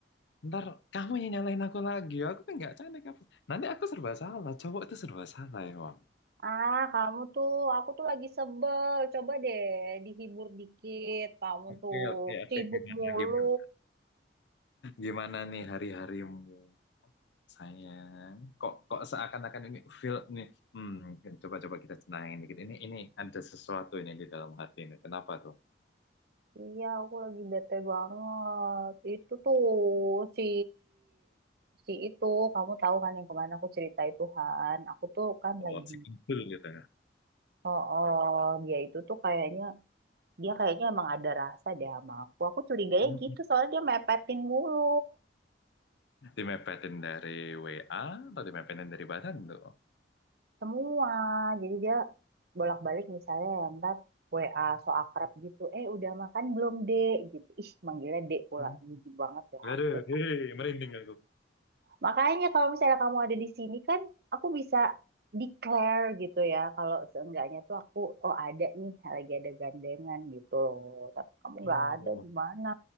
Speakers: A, on the left; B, on the right.
A: ntar kamu yang nyalain aku lagi, aku tuh nggak cantik apa. Nanti aku serba salah, cowok itu serba salah ya, Bang.
B: Ah, kamu tuh, aku tuh lagi sebel. Coba deh dihibur dikit. Kamu
A: Oke,
B: tuh
A: oke, oke,
B: sibuk
A: gimana,
B: mulu.
A: gimana? Gimana nih hari-harimu, sayang? Kok, kok seakan-akan ini feel nih, hmm, coba-coba kita tenangin dikit. Ini, ini ada sesuatu ini di dalam hati ini. Kenapa tuh?
B: Iya, aku lagi bete banget. Itu tuh si si itu, kamu tahu kan yang kemana aku cerita itu Han. Aku tuh kan
A: Oh,
B: lagi
A: si kumpul gitu
B: Oh, oh, dia itu tuh kayaknya dia kayaknya emang ada rasa deh sama aku. Aku curiganya
A: ya.
B: gitu soalnya dia mepetin mulu.
A: Dimepetin dari WA atau dimepetin dari badan tuh?
B: semua jadi dia bolak-balik misalnya ya, ntar WA so akrab gitu eh udah makan belum dek gitu ih manggilnya dek pula
A: Hmm.
B: jijik banget deh
A: Aduh,
B: aku
A: hei, merinding aku.
B: makanya kalau misalnya kamu ada di sini kan aku bisa declare gitu ya kalau seenggaknya tuh aku oh ada nih lagi ada gandengan gitu loh tapi kamu
A: Oh,
B: nggak ada gimana